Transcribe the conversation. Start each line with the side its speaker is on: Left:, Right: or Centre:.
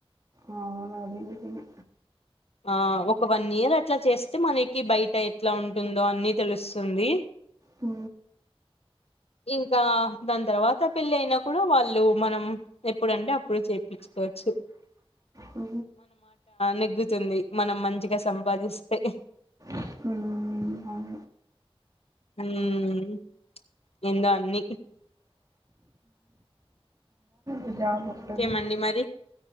Right: అవును అదే నిజమే
Left: ఆ ఒక వన్ ఇయర్ అట్లా చేస్తే మనకి బయట ఎట్లా ఉంటుందో అన్ని తెలుస్తుంది
Right: ఉ
Left: <inaudible> ఇంకా దాని తర్వాత పెళ్ళి అయినా కూడా వాళ్ళు మనం ఎప్పుడుంటే అప్పుడు చెపించు కోవచ్చు
Right: ఉ
Left: నెగ్గుతుంది మనం మంచిగా సంపాదిస్తే
Right: ఉ
Left: ఉమ్ ఇంగ అన్ని
Right: ఏ జాబ్ ఒద్దని
Left: ఇంకేమండి మరి